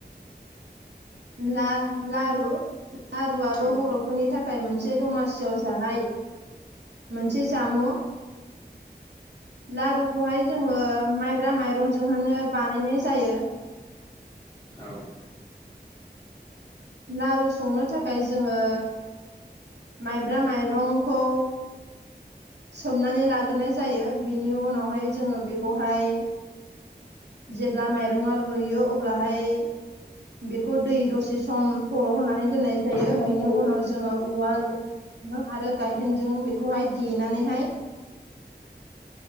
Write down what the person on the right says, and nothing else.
ला लारु लारुआबो
बर'फोरनि थाखाय मोनसे दमासियाव जानाय मोसे जामु लारुखौहाय जोङो
माइब्रा माइरंजोंनो बानायनाय जायो।
लारु संनो थाखाय जोङो माइब्रा माइरंखौ सोमनानै लाग्रोनाय जायो बिनि उनावहाय जोङो बेखौहाय जेब्ला माइरंआ रुइयो अब्लाहाय बेखौ दै दसे सम थर' होनानै दोननाय जायो
बिनि
उनाव जोङो उवाल आरो गायहेनजों बेखौहाय देनानैहाय